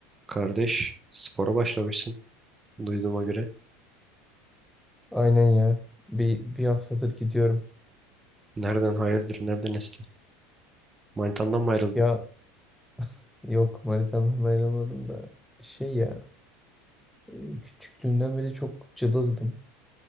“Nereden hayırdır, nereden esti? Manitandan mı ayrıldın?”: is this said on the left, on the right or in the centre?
Right